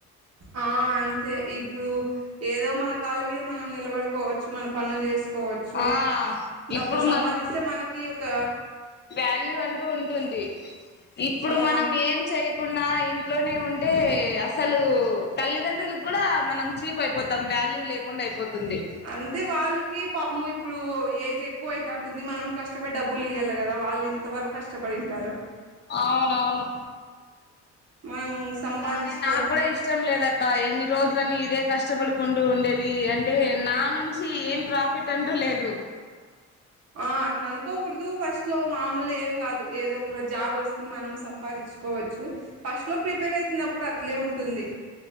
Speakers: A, on the right; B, on the left.
A: ఆ అంతే ఇప్పుడు ఏదో మన కాళ్ళ మీద మనం నిలబడుకోవచ్చు మన పనులు చేసుకో పోవచ్చు
B: ఆ ఇప్పుడు
A: డబ్బు సంపాదిస్తే
B: మనం
A: మనకి ఒక
B: వాల్యూ ఉంటుంది ఇప్పుడు
A: ఆ
B: మనం ఏం చేయకుండా ఇంట్లోనే ఉం అంటే అసలు తల్లిదండ్రులు కూడ మనం చీప్ అయిపోతుం తమ్ వాల్యూ లేకుండా అయిపోతుంది
A: అంతే వాళ్ళకి పాపము ఇప్పుడు ఏజ్ ఎక్కువ ఐత అంటుంది మనం కష్టపడి డబ్బులు ఇయ్యాల కదా వాళ్ళు ఇంత వరకు కష్టపడి వింటారు
B: అవునవును
A: మనము సంపాదించుకొని
B: అలానే నా కూడా ఇష్టం లేదక్క ఎన్ని రోజులని ఇదే కష్టపడుకుం అంటూ ఉండేది అంటే నా నుంచి ఏం ప్రాఫిట్ అంటూ లేదు
A: ఆ అట్లా అనుకోకూడదు ఫస్ట్ లో మామూలే ఏం కాదు ఏదో ఒక రోజు జాబ్ వస్తుంది మనం సంపాదిిం చ్చుకోవచ్చు ఫస్ట్ లో ప్రిపేర్ అవుతున్నప్పుడు అట్లే ఉంటుంది